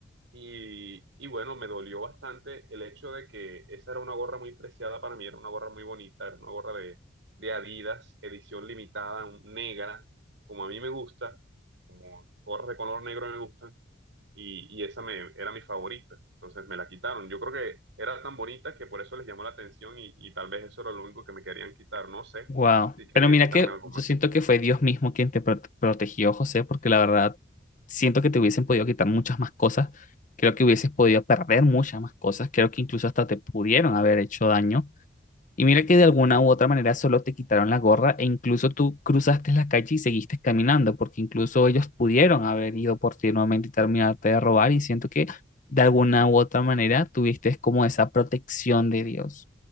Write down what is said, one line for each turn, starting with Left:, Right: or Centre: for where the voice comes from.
Right: Y, y bueno, me dolió bastante el hecho de que esa era una gorra muy preciada para mí, era una gorra muy bonita, era una gorra de, de Adidas, edición limitada, un- negra, como a mí me gusta, como gorras de color negro me gustan, y, y esa me, era mi favorita, entonces me la quitaron. Yo creo que era tan bonita que por eso les llamó la atención y, y tal vez eso era lo único que me querían quitar, no sé
Left: Wow.
Right: si querían
Left: Pero mira
Right: quitarme
Left: que
Right: algo
Left: yo
Right: más.
Left: siento que fue Dios mismo quien te prote- protegió, José, porque la verdad siento que te hubiesen podido quitar muchas más cosas. Creo que hubieses podido perder muchas más cosas. Creo que incluso hasta te pudieron haber hecho daño. Y mira que de alguna u otra manera solo te quitaron la gorra e incluso tú cruzaste la calle y seguiste caminando, porque incluso ellos pudieron haber ido por ti nuevamente y terminarte de robar y siento que de alguna u otra manera tuviste como esa protección de Dios.